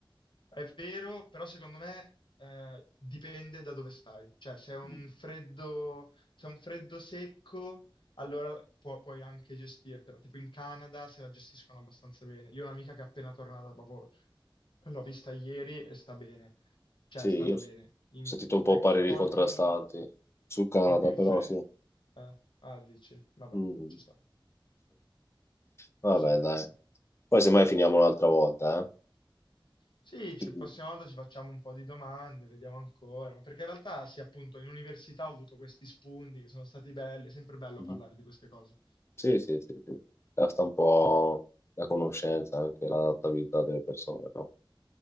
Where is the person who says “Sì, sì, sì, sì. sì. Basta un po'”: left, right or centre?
Left